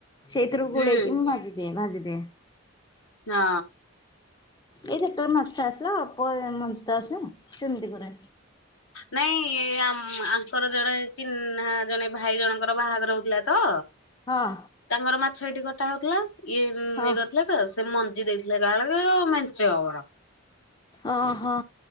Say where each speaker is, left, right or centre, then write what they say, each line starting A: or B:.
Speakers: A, on the left (about 20°); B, on the left (about 80°).
A: ସେଇଥିରୁ
B: ହୁଁ।
A: ଗୋଳେଇକି ମୁଁ ଭାଜିଦିଏଁ। ଭାଜିଦିଏଁ।
B: ନା।
A: ଏଇ ଯେତେବେଳେ ମାଛ ଆସିଲା ଅଳ୍ପ ଯାଏ ମଞ୍ଚୁତା ଆସେ ସେମିତି କରେ।
B: ନାଇଁ ଆମ୍ ଆଙ୍କର ଜଣେ ଚିହ୍ନା ଜଣେ ଭାଇ ଜଣଙ୍କର ବାହାଘର ହଉଥିଲା ତ।
A: ହଁ।
B: ତାଙ୍କର ମାଛ ଏଇଠି କଟା ହଉଥିଲା। ଇଏ ଉମ
A: ହଁ
B: ନେ <unintelligible> ସେ ମଞ୍ଜି ଦେଇଥିଲେ। କାଳେକେ ଆଉ ମେଞ୍ଚେ ଅବର।
A: ଓ ହୋ।